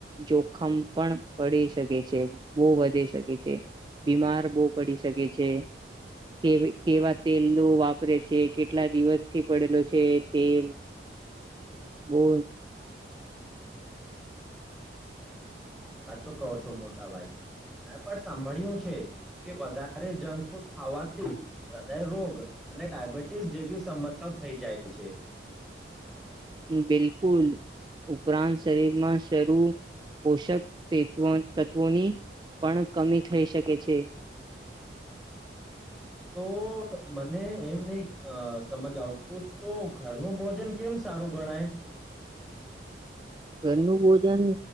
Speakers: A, on the right; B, in the centre.
A: જોખમ પણ પડી શકે છે. બઉ વધી શકે છે. બીમાર બઉ પડી શકે છે. કેવી કેવા તેલ નુ વાપરે છે. કેટલા દિવસથી પડેલો છે તેલ. બઉ
B: સાચો કહો છો મોટાભાઈ. મેં પણ સાંભળ્યું છે કે વધારે જંક ફૂડ ખાવાથી હૃદય રોગ અને ડાયાબિટીસ જેવી સમસ્યા થઈ જાય છે.
A: બિલકુલ ઉપરાંત શરીરમાં શરૂ પોષક તેત્વ તત્વોની પણ કમી થઈ શકે છે.
B: તો મને એમ નહી અ સમજ આવતું તો ઘરનું ભોજન કેમ સારું ગણાય?
A: ઘરનું ભોજન